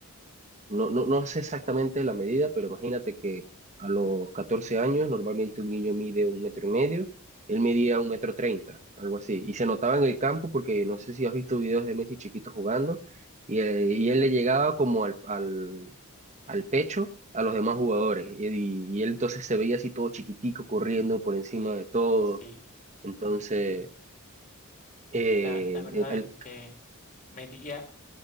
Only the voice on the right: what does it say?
no, no, no sé exactamente la medida, pero imagínate que a los 14 años normalmente un niño mide un metro y medio, él medía un metro treinta, algo así, y se notaba en el campo porque no sé si has visto videos de Messi chiquito jugando, y, eh, y él le llegaba como al, al, al pecho a los demás jugadores, y, y él entonces se veía así todo chiquitico corriendo por encima de todos,
entonces eh,
el-